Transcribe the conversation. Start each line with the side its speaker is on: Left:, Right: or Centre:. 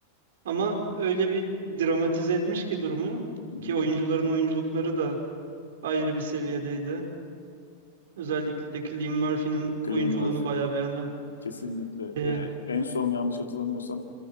Right: ama öyle bir dramatize etmiş ki durumu
Left: Hı hı.
Right: ki oyuncuların oyunculukları da ayrı bir seviyedeydi. Özellikle Cillian Murphy'nin
Left: Cillian
Right: oyunculuğunu
Left: Murphy.
Right: bayağı beğendim.
Left: Kesinlikle.
Right: Ee,
Left: E, en son yanlış hatırlamıyorsam